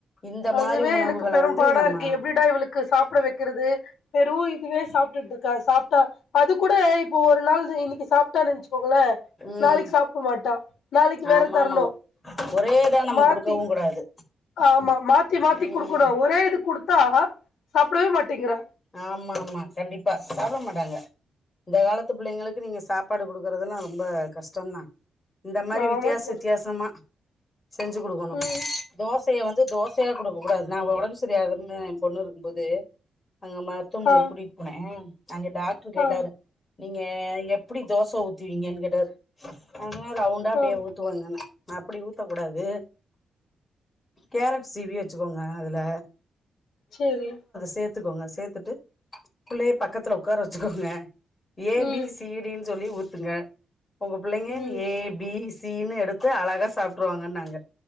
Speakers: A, on the left (about 30°); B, on the left (about 80°).
A: இந்த
B: அதுவே
A: மாரி உணவுகள
B: எனக்கு பெரும்பாடா
A: வந்து நம்ம
B: இருக்கு எப்படிடா இவளுக்கு சாப்பிட வைக்கிறது வெரு இதுவே சாப்பிட்டுட்டு இருக்கா சாப்பிட்டா அது கூட இப்போ ஒரு நாள் இன்னைக்கு சாப்பிட்டான்னு வச்சுக்கோ ங்க
A: ம்
B: நாளைக்கு சாப்பிட மாட்டா நாளைக்கு வேற
A: ஆமா
B: தரணும்
A: ஆமா ஒரே இதா நம்ம
B: மாத்தி
A: குடுக்கவு கூடாது
B: ஆமா மாத்தி மாத்தி
A: ம்
B: குடுக்கணும் ஒரே இது குடுத்தா சாப்டவே மாட்டேங்கிறா
A: ஆமா ஆமா கண்டிப்பா சாப்பிட மாட்டாங்க இந்த காலத் பிள்ளைங்களுக்கு நீங்க சாப் சாப்பாடு கொடுக்கறதுதெல்லாம் ரொம்ப கஷ்டம்தான் இந்த மாதிரி
B: ஆமா
A: வித்தியாச
B: தோழி
A: வித்தியாசமா செஞ்சு கொடுக்கணும்
B: ம்
A: தோச தோசையை வந்து தோசையா கொடுக்க கூடாது நான் ஒடம்பு சரியில்லாம என் பொண்ணு இருக்கும் போது அங்க மருத்துவமனை
B: ஆ
A: கூட்டிகிட்டு போனன் அங்க டாக்டர் கேட்டாரு
B: ஆ
A: நீங்க எப்படி தோசை ஊத்துவீங்கன்னு க க ஆனா ரவுண்டா அடியே
B: ஆ
A: ஊத்துவாங்கன்னா அப்படி ஊத்தக்க கூடாது கேரட் சீவி வச்சுக்கோங்க அதுல
B: சேரி
A: சேர்த்துக்கோங்க சேர்த்துட்டு புள்ளையே பக்கத்துல உட்கார வச்சுக்கோங்க ஏ பி
B: ம்
A: சி டினு சொல்லி உ பாத்துங்க உங்க பிள்ளைங்க
B: ம்
A: ஏ பி சி சீனு எடுத்து அழகா சாப்பிட்டுருவாங்கு நாங்க